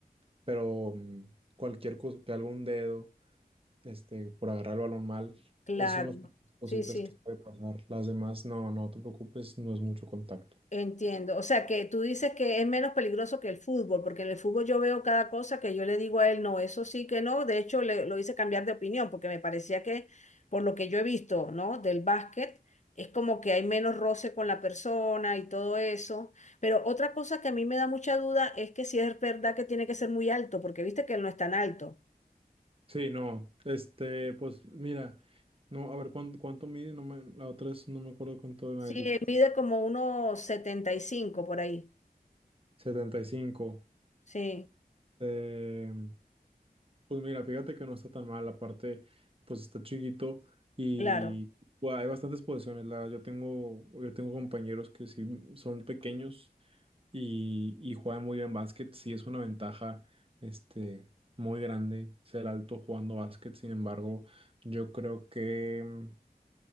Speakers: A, on the right (about 35°); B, on the left (about 50°).
A: pero mm, cualquier cosa, que algún dedo este, por agarrar el balón mal.
B: claro.
A: Esas son las cositas
B: Sí, sí.
A: que puede pasar. Las demás, no, no te preocupes, no es mucho contacto.
B: Entiendo. O sea, que tú dices que es menos peligroso que el fútbol, porque en el fútbol yo veo cada cosa que yo le digo a él, no, eso sí que no. De hecho, le, lo hice cambiar de opinión, porque me parecía que, por lo que yo he visto, ¿no? Del básquet, es como que hay menos roce con la persona y todo eso. Pero otra cosa que a mí me da mucha duda es que si es verdad que tiene que ser muy alto, porque viste que él no es tan alto.
A: Sí, no, este, pues mira, no, a ver, ¿cuánto, cuánto mide? No me, la otra vez no me acuerdo cuánto me
B: Sí,
A: habías dicho.
B: él mide como unos 75 por ahí.
A: 75.
B: Sí,
A: Eh, pues mira, fíjate que no está tan mal, aparte, pues está chiquito y
B: claro.
A: bueno, hay bastantes posiciones. La, yo tengo, yo tengo compañeros que sí son pequeños y, y juega muy bien básquet, sí es una ventaja este, muy grande ser alto jugando básquet, sin embargo, yo creo que mm,